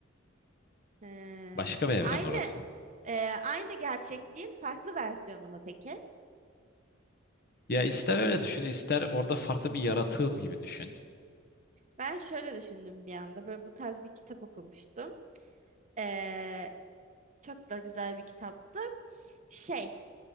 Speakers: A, on the right (about 35°); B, on the left (about 50°).
A: He.
B: Başka bir evren
A: Aynı
B: orası.
A: e, aynı gerçekliğin farklı versiyonu mu peki?
B: Ya ister öyle düşün, ister orada farklı bir yaratığız gibi düşün.
A: Ben şöyle düşündüm bir anda. Böyle bu tarz bir kitap okumuştum. E, çok da güzel bir kitaptı. Şey,